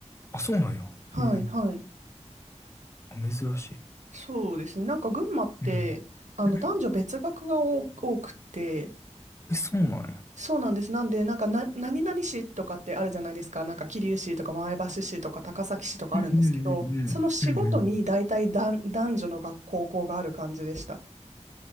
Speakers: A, on the left (about 20°); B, on the right (about 75°).
A: あ、そうなんや。
B: はい、
A: へえ。
B: はい。
A: あ、珍しい。
B: そうですね。なんか群馬って、
A: うん。
B: あの、
A: <laughs>
B: 男女別学が多多くて、
A: え、そうなんや。
B: そうなんです。なんで、なんかな、何々市とかってあるじゃないですか。なんか桐生市とか前橋市とか高崎市とかあるんですけど、
A: うんうんうんうん。
B: その市ごとに大体男男女の学校校がある感じでした。
A: うんうん。